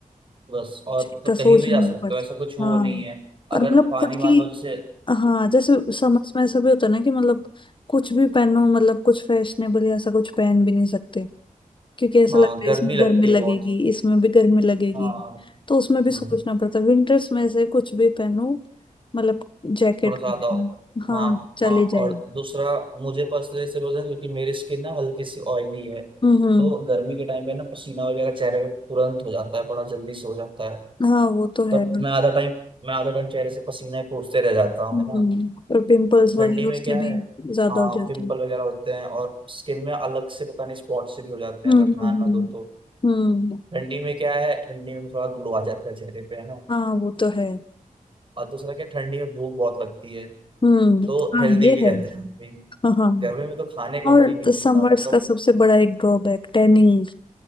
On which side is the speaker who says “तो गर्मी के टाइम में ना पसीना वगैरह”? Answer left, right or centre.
Right